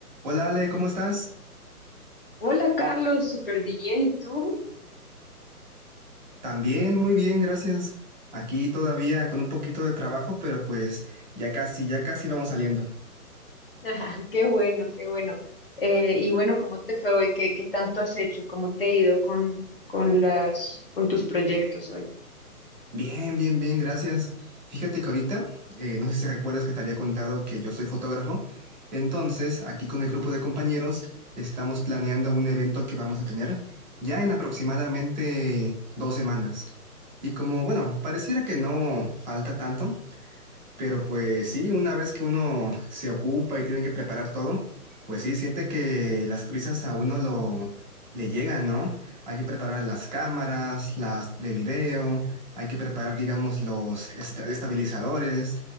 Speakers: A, on the right (about 30°); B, on the left (about 40°).
A: Hola Ale, ¿cómo estás?
B: Hola Carlos, súper bien. ¿Y tú?
A: También muy bien, gracias. Aquí todavía con un poquito de trabajo, pero pues ya casi, ya casi vamos saliendo.
B: <laughs> Qué bueno, qué bueno. Eh, y bueno, ¿cómo te fue hoy? ¿Qué, qué tanto has hecho? ¿Cómo te ha ido con, con las, con tus proyectos hoy?
A: Bien, bien, bien, gracias. Fíjate que ahorita, eh, no sé si recuerdas que te había contado que yo soy fotógrafo. Entonces, aquí con el grupo de compañeros estamos planeando un evento que vamos a tener ya en aproximadamente dos semanas. Y como, bueno, pareciera que no falta tanto, Pero pues sí, una vez que uno se ocupa y tiene que preparar todo, pues sí, siente que las prisas a uno lo le llegan, ¿no? Hay que preparar las cámaras, las de video, hay que preparar, digamos, los est- estabilizadores,